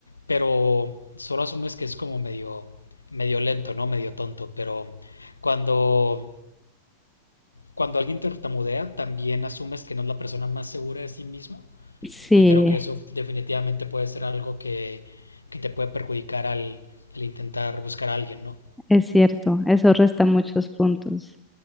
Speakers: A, on the left; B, in the centre.
A: pero solo asumes que es como medio, medio lento, ¿no? Medio tonto, pero cuando, cuando alguien tartamudea, también asumes que no es la persona más segura de sí mismo
B: <laughs> Sí,
A: Y creo que eso definitivamente puede ser algo que, que te puede perjudicar al, al intentar buscar a alguien, ¿no?
B: Es cierto, eso resta muchos puntos.